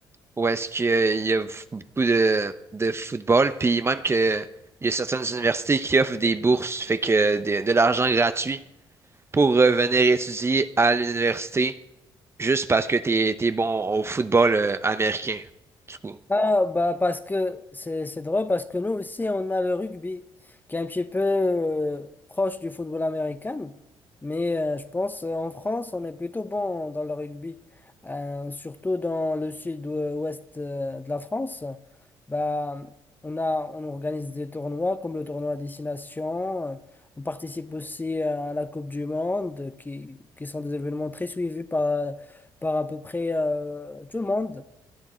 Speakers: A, on the right; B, on the left.
A: où est-ce qu'il y a, il y a beaucoup de, de football, puis même que il y a certaines universités qui offrent des bourses, fait que de, de l'argent gratuit pour euh, venir étudier à l'université juste parce que t'es, t'es bon au football euh, américain. Du coup.
B: Ah, bah, parce que c'est c'est drôle, parce que nous aussi, on a le rugby, qui est un petit peu euh, proche du football américain. Mais euh, je pense euh, en France, on est plutôt bon dans le rugby, Euh, surtout dans le sud-ouest euh, de la France. Bah, on a, on organise des tournois comme le tournoi à destination. Euh, On participe aussi euh, à la Coupe du Monde, qui, qui sont des événements très suivis par, par à peu près euh, tout le monde.